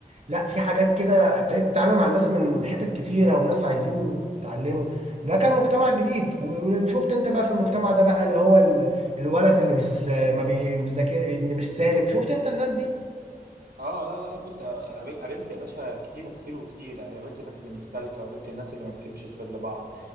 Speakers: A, on the right; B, on the right.
A: لا في حاجات كده ابتديت تتعامل مع ناس من حتت كتيره وناس عايزين يتعلموا ده كان مجتمع جديد و- وشفت انت بقى في المجتمع ده بقى اللي هو ال- الولد اللي مش ما بيذاكر اللي مش سالك شفت انت الناس دي
B: اه لا لا لا بص قابل- قابلت يا باشا كتير وكتير وكتير يعني قابلت الناس اللي مش سالكه وقابلت الناس اللي ما بتحبش الخير لبعض